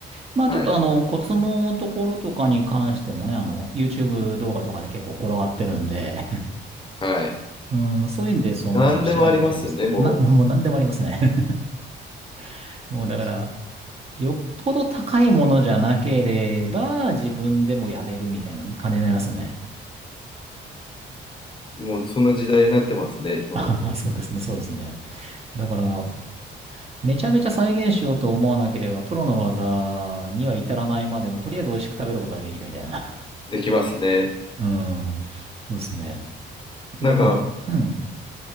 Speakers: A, on the right; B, on the left.
A: まあ、
B: はいはい。
A: ちょっと、あの、コツのところとかに関してもね、あの、YouTube 動画とかで結構転がってるんで、
B: はい。
A: <laughs> うん、そういうんで、その、
B: 何でもありますよね、
A: 調べてやります。
B: もう。
A: な、もう何でもありますね。<laughs> もう、だから、
B: そ
A: よっぽど高いものじゃなければ、自分でもやれるみたいな感じになりますね。
B: もうそんな時代になってますね、今はもう。
A: ああ、そうですね、そうですね。だから、めちゃめちゃ再現しようと思わなければ、プロの技には至らないまでも、とりあえず美味しく食べることはできるみたいな。
B: できますね。
A: <laughs> うん。そうですね。
B: なんか、
A: だ、まあ、うん。